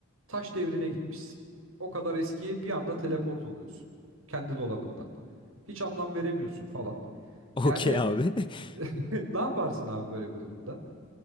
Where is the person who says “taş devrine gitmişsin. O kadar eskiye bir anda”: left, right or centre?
Right